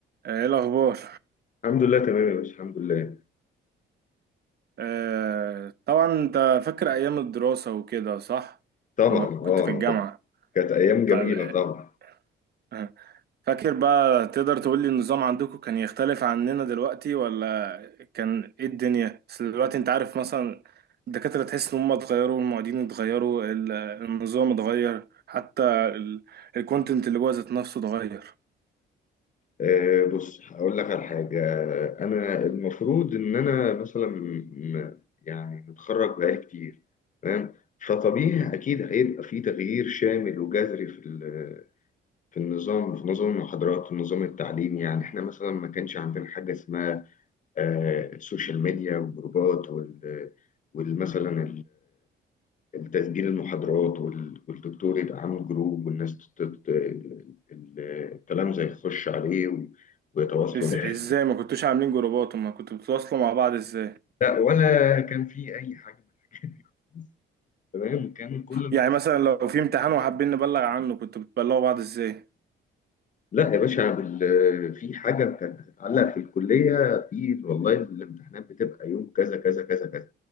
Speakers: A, on the right; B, on the left.
A: آه، ايه الاخبار
B: الحمد لله تمام يا باشا الحمد لله
A: آه طبعا انت فاكر ايام الدراسة وكده صح
B: طبعا
A: لما كنت
B: اه
A: في الجامعة
B: ده كانت ايام جميله
A: طيب آه،
B: طبعا
A: آه، فاكر بقى تقدر تقول لي النظام عندكم كان يختلف عننا دلوقتي ولا كان ايه الدنيا بس دلوقتي انت عارف مثلا الدكاترة تحس ان هم اتغيروا المعيدين اتغيروا ال- النظام اتغير حتى الكونتنت اللي جوه ذات نفسه اتغير
B: آه بص هقول لك على حاجه انا المفروض ان انا مثلا م- يعني متخرج بقالي كتير تمام فطبيعي اكيد هيبقى في تغيير شامل وجذري في ال- في النظام في نظام المحاضرات والنظام التعليمي يعني احنا مثلا ما كانش عندنا حاجه اسمها آه السوشيال ميديا والجروبات وال والمثلا تسجيل المحاضرات وال- والدكتور يبقى عامل جروب والناس تت- تت- ال- ال- الكلام زي يخش عليه و- ويتواصلوا
A: إز-
B: معاه
A: ازاي ما كنتوش عاملين جروبات وما كنتوا بتتواصلوا مع بعض ازاي
B: لا ولا كان في اي حاجه من الحاجات دي. تمام كان كل القصه
A: يعني مثلا لو في امتحان وحابين نبلغ عنه كنتوا بتبلغوا بعض ازاي
B: لا يا باشا بال- في حاجه كانت بتتعلق في الكليه في والله الامتحانات بتبقى يوم كذا كذا كذا كذا